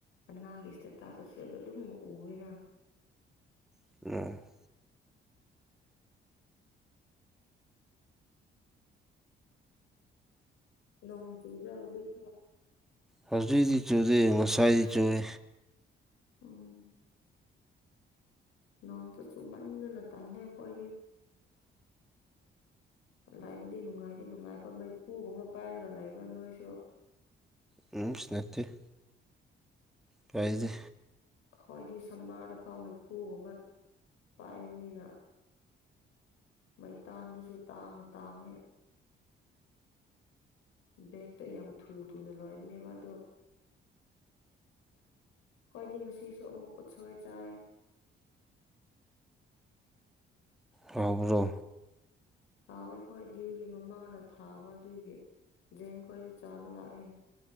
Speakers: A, on the left (about 85°); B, in the centre.
A: ꯑꯅꯥꯒꯤ ꯏꯁꯇꯦꯇꯥꯁ ꯑꯁꯤ ꯑꯗꯨꯝ ꯎꯕ ꯑꯣꯏꯅ
B: ꯎ
A: ꯅꯣꯡ ꯆꯨꯕ꯭ꯔꯥ ꯍꯧꯖꯤꯛ
B: ꯍꯧꯖꯤꯗꯤ ꯆꯨꯗꯦ ꯉꯁꯥꯏꯗꯤ ꯆꯨꯏ
A: ꯎꯝ ꯅꯣꯡ ꯆ ꯆꯨꯃꯟꯟꯅꯅ ꯇꯜꯂꯦ ꯑꯩꯈꯣꯏꯗꯤ ꯂꯥꯏꯕꯨꯗꯤ ꯅꯨꯡꯉꯥꯏꯗꯤ ꯅꯨꯡꯉꯥꯏꯕ ꯃꯩꯐꯨꯒꯨꯝꯕ ꯄꯥꯏꯔꯒ ꯂꯩꯕ꯭ꯔꯥ ꯅꯣꯏꯁꯨ
B: ꯎꯝ ꯁꯤꯅꯦꯇꯦ ꯇꯥꯏꯖꯦ
A: ꯍꯣꯏꯗꯤ ꯁꯝꯃꯥꯔꯗ ꯃꯩꯐꯨꯒꯨꯝꯕ ꯄꯥꯏꯕꯅꯤꯅ ꯃꯩꯇꯥꯟꯗꯨꯁꯨ ꯇꯥꯡꯅ ꯇꯥꯡꯉꯦ ꯕꯦꯒꯛꯇꯣ ꯌꯥꯝ ꯊꯨ ꯊꯨꯅ ꯂꯣꯏꯕꯅꯦꯕ ꯑꯗꯣ ꯈ꯭ꯋꯥꯏꯗꯤ ꯉꯁꯤꯁꯨ ꯑꯃꯨꯛ ꯎꯠꯁꯣꯏ ꯆꯥꯏ
B: ꯈꯕ꯭ꯔꯣ
A: ꯇꯥꯎꯋꯦ ꯍꯣꯏ ꯗ꯭ꯌꯨꯒꯤ ꯃꯃꯥꯅ ꯊꯥꯕ ꯑꯗꯨꯒꯤ ꯖꯦꯡ ꯈꯣꯏꯁꯨ ꯆꯥꯕ ꯂꯥꯛꯑꯦ